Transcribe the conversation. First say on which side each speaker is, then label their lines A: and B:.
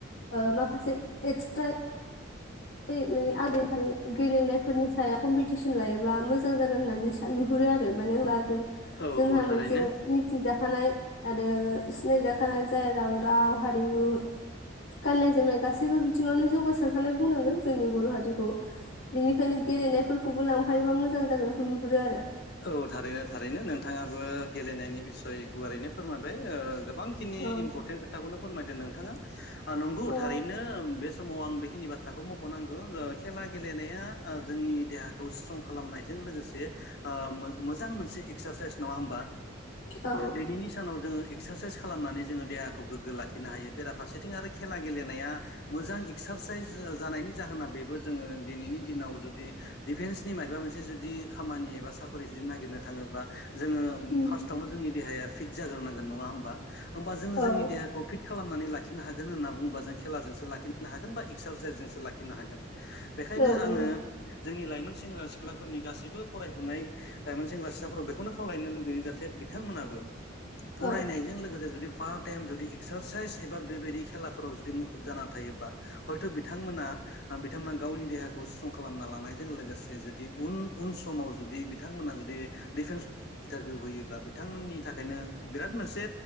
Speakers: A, on the left; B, on the left.
A: ओ माखासे एक्सट्रा बे माने <inaudible> गेलेनायफोरनि साया कम्पिटिसन लायोब्ला मोजां जागोन होननानै सा नुहुरो आरो मानो होनबा जों
B: औ
A: जोंहा
B: औ थारैनो
A: मोनसे मिथिजाखानाय आरो सिनायजाखानाय जाय राव राव हा हारिमु गाननाय जोमनाय गासैबो बिथिङावनो जौगासारखानाय बुंनांगोन। जोंनि बर' हारिखौ बिनिखायनो गेलेनायफोरखौबो लांफायोबा मोजां जागोनखौ नुहुरो आरो
B: औ थारैनो थारैनो नोंथाङाबो गेलेनायनि बिसय गुवारैनो फोरमायबाय ओ गो बांखिनि
A: औ
B: इमपरटेन्ट खोथखौ फोरमायदों नों थांङा ओ‌ नंगौ
A: औ
B: थारैनो बे समाव आं बेखिनि बाथ्राखौ मख'नांगौ खेला गेलेनाया ओ जोंनि देहाखौ स्ट्रं खालामनायजों लोगोसे ओ मोजां मोनसे एक्सारसाइस नङा होमबा
A: औ
B: दिनैनि सानाव जोङो एक्सारसाइस खालामनानै जोङो देहाखौ गोग्गो लाखिनो हायो बेराफारसेथिं आरो खेला गेलेनाया मोजां एक्सार एक्सारसाइस जानायनि जाहोना बेबो जोङो दिनैनि दिनाव जुदि डिफेन्सनि मायबा मोनसे जुदि खामानि एबा साख्रि जुदि नागिर थाङोब्ला जोङो
A: उम
B: फार्स्टआवनो जोंनि देहाया फिट जाग्रोनांगोन नङा होमबा? होमबा जोङो
A: औ
B: जोंनि देहाखौ फिट खालामनानै लाखिनो हागोन होनना बुङोबा जों खेलाजोंसो लाखिनो हागोन बा एक्सारसाइसजोंसो लाखिनो हागोन। बेखायनो
A: औ नंगौ
B: आङो जोंनि लाइमोन सेंग्रा सिख्लाफोरनि गासैबो फरायफुनाय लाइमोन सेंग्रा सि <unintelligible> बेखौनो खावलायनो लुगैयो जाहाथे बिथांमोनाबो फरायनायजों
A: औ
B: लोगोसे जुदि पार्ट टाइम जुदि एक्सारसाइस एबा बेबायदि खेलाफोराव जुदि मुखुब जाना थायोबा हयथ' बिथांमोना बिथांमोना गावनि देहाखौ स्ट्रं खालामना लानायजों लोगोसे जुदि उन उन समाव जुदि बिथां मोना जुदि डिफेन्स इन्टारभिउ होयोब्ला बिथांमोननि थाखायनो बिराद मोनसे